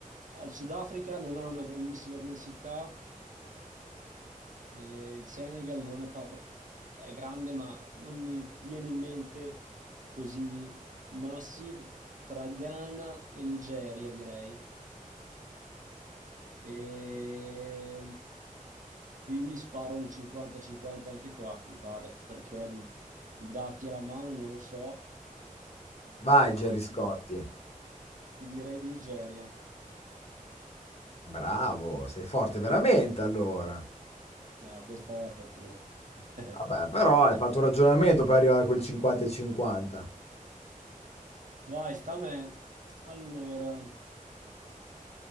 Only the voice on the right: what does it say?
al Sudafrica non ha una grandissima densità e il Senegal non è, par- cioè, è grande, ma non mi viene in mente così massive tra Ghana e Nigeria, direi. E quindi sparo un 50-50 anche qua, mi pare, perché i dati alla mano non lo so.
E
ti- Ti direi Nigeria.
No, questa è fortuna. <laughs>
Vai, sta a me. Allora,